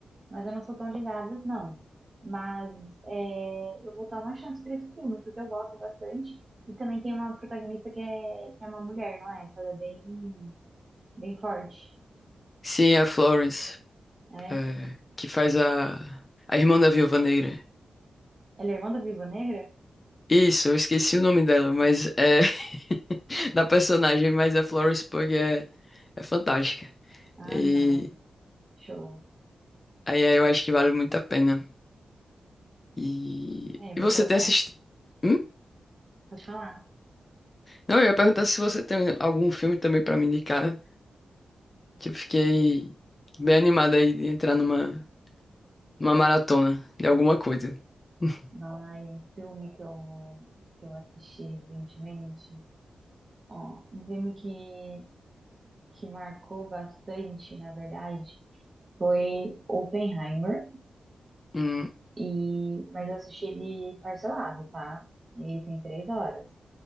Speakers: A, on the right; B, on the left.
A: mas eu não sou tão ligada, não. Mas é, eu vou dar uma chance pra esse filme, porque eu gosto bastante. E também tem uma protagonista que é, que é uma mulher, não é? Que ela é bem, bem forte,
B: Sim, é a Florence,
A: né?
B: é, que faz a, a irmã da Viúva Negra.
A: Ela é irmã da Viúva Negra?
B: Isso, eu esqueci o nome dela, mas é <laughs> da personagem, mas a Florence Pugh é, é fantástica.
A: Ah,
B: E
A: não. Show.
B: aí aí eu acho que vale muito a pena. E,
A: É,
B: e
A: vou
B: você
A: colocar.
B: tem assistido? Hum?
A: Pode falar.
B: Não, eu ia perguntar se você tem algum filme também pra me indicar, que eu fiquei bem animada aí de entrar numa, numa maratona de alguma coisa. <laughs>
A: Ai, um filme que eu, que eu assisti recentemente. Ó, um filme que, que marcou bastante, na verdade, foi Oppenheimer.
B: Hum,
A: E, mas eu assisti ele parcelado, tá? Ele tem três horas.